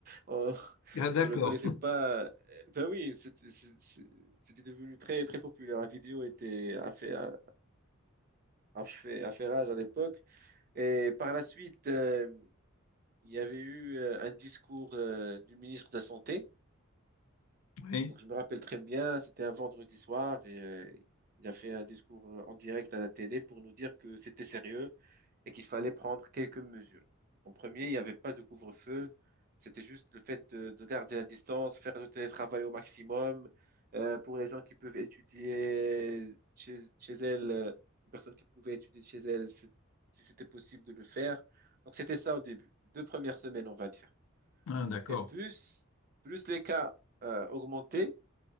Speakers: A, on the right; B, on the left.
A: on, <laughs>
B: Ah, d'accord.
A: on ne connaissait
B: <laughs>
A: pas. euh, Ben oui, c'était c'est- c'est- c'était devenu très très populaire. La vidéo était a fait a fait a fait rage à l'époque. Et par la suite, euh, il y avait eu euh, un discours euh, du ministre de la Santé.
B: Oui.
A: Donc je me rappelle très bien, c'était un vendredi soir et euh, il a fait un discours euh, en direct à la télé pour nous dire que c'était sérieux et qu'il fallait prendre quelques mesures. En premier, il n'y avait pas de couvre-feu, c'était juste le fait de, de garder la distance, faire le télétravail au maximum. Euh, pour les gens qui peuvent étudier chez, chez elles, euh, les personnes qui pouvaient étudier chez elles, c'est- si c'était possible de le faire. Donc c'était ça au début, deux premières semaines, on va dire.
B: Ah, d'accord.
A: Et plus, plus les cas euh, augmentaient,